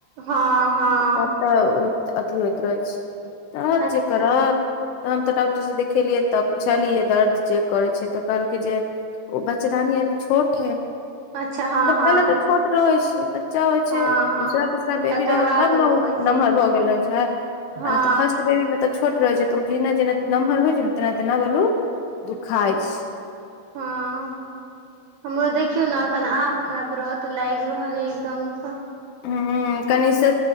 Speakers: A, on the right; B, on the left.
A: हँ- हँ।
B: तब तऽ ओ अथी होइत रहै छै, तब
A: अच्छा
B: जे करत तऽ हम तऽ डॉक्टरसँ देखेलियै तऽ पुछलियै दर्द जे करै छै, तऽ कहलकै जे ओ बचदानी अभी छोट है,
A: अच्छा हँ
B: म
A: हँ
B: पहिले तऽ छोट रहै छै बच्चा होइ छै,
A: हँ हँ
B: दूसरा तीसरा बेबी
A: तकर
B: रहल
A: बाद
B: तहन ने ओ
A: होइ छै
B: नमहर भऽ गेल रहै छै,
A: हँ
B: आ नहि तऽ फर्स्ट बेबी मे तऽ छोट रहै छै, तऽ ओ जेना- जेना नमहर होइ छै ने, तेना-तेना बलू दुखाई छै।
A: हँ हमरो देखियो ने अखन आब हमरा व्रत तऽ लागि रहलै एकदमसँ।
B: ह कनि से